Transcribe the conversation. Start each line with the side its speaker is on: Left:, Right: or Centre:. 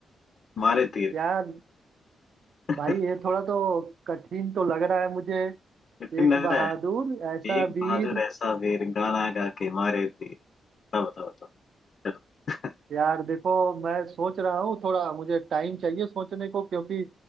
Left: मारे तीर
Right: यार
Left: <laughs>
Right: भाई ये थोड़ा तो कठिन तो लग रहा है मुझे
Left: कठिन
Right: एक
Left: लग
Right: बहादुर
Left: रहा है
Right: ऐसा
Left: एक
Right: वीर
Left: बहादुर ऐसा वीर गाना गा के मारे तीर बताओ बताओ बताओ चलो <laughs>
Right: यार देखो मैं सोच रहा हूँ थोड़ा मुझे टाइम चाहिए सोचने को क्योंकि